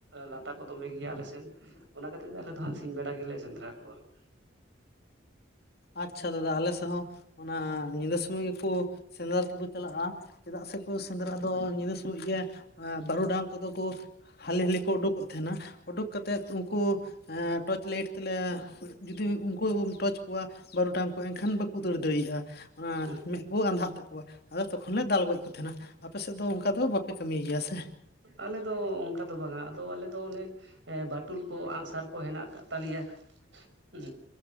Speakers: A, on the right (about 70°); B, on the left (about 55°).
A: ᱞᱟᱴᱟ ᱠᱚ ᱫᱚᱢᱮ ᱜᱮᱭᱟ ᱟᱞᱮ ᱥᱮᱱ ᱚᱱᱟ ᱠᱷᱟᱹᱛᱤᱨ ᱛᱮ ᱟᱞᱮ ᱫᱚ ᱦᱟᱸᱜ ᱥᱤᱧ ᱵᱮᱲᱟ ᱜᱮᱞᱮ ᱥᱮᱸᱫᱽᱨᱟ ᱠᱚᱣᱟ ᱾
B: ᱟᱪᱷᱟ ᱫᱟᱫᱟ ᱟᱞᱮ ᱥᱮᱫ ᱦᱚᱸ ᱚᱱᱟ ᱧᱤᱫᱟᱹ ᱥᱚᱢᱚᱭ ᱜᱮ ᱠᱚ ᱥᱮᱸᱫᱽᱨᱟ ᱛᱮᱠᱚ ᱪᱟᱞᱟᱜᱼᱟ ᱾ ᱪᱮᱫᱟᱜ ᱥᱮᱠᱚ ᱥᱮᱸᱫᱽᱨᱟ ᱫᱚ ᱧᱤᱫᱟᱹ ᱥᱚᱢᱚᱭ ᱜᱮ ᱵᱟᱹᱨᱩᱰᱟᱝ ᱠᱚ ᱫᱚ ᱠᱚ ᱾ ᱦᱟᱹᱞᱤ ᱦᱟᱹᱞᱤ ᱠᱚ ᱩᱰᱩᱠᱚᱜ ᱛᱟᱦᱮᱱᱟ ᱩᱰᱩᱠ ᱠᱟᱛᱮᱫ ᱩᱱᱠᱩ ᱾ ᱴᱚᱨᱪ ᱞᱟᱭᱤᱴ ᱛᱮᱞᱮ ᱡᱩᱫᱤ ᱩᱱᱠᱩ ᱴᱚᱨᱪ ᱾ ᱠᱚᱣᱟ ᱵᱟᱹᱨᱩᱰᱟᱝ ᱠᱚ ᱮᱱᱠᱷᱟᱱ ᱵᱟᱠᱚ ᱫᱟᱹᱲ ᱫᱟᱲᱮᱭᱟᱜᱼᱟ
A: ᱟᱪᱪᱷᱟ
B: ᱢᱮᱫ ᱠᱚ ᱟᱸᱫᱷᱟᱜ ᱛᱟᱠᱚᱣᱟ ᱾ ᱟᱫᱚ ᱛᱚ ᱠᱷᱚᱱ ᱞᱮ ᱫᱟᱞ ᱜᱚᱡ ᱠᱚ ᱛᱟᱦᱮᱱᱟ ᱟᱯᱮᱥᱮᱫ ᱫᱚ ᱚᱱᱠᱟ ᱫᱚ ᱵᱟᱯᱮ ᱠᱟᱹᱢᱤᱭ ᱜᱮᱭᱟ ᱥᱮ ᱾
A: ᱟᱞᱮ ᱫᱚ ᱚᱱᱠᱟ ᱫᱚ ᱵᱟᱝᱟ ᱟᱫᱚ ᱟᱞᱮ ᱫᱚ ᱚᱱᱮ ᱾ ᱮᱸ ᱵᱟᱴᱳᱞ ᱠᱚ ᱟᱸᱜᱥᱟᱨ ᱠᱚ ᱦᱮᱱᱟᱜ ᱟᱠᱟᱜ ᱛᱟᱞᱮᱭᱟ ᱦᱩᱸ ᱾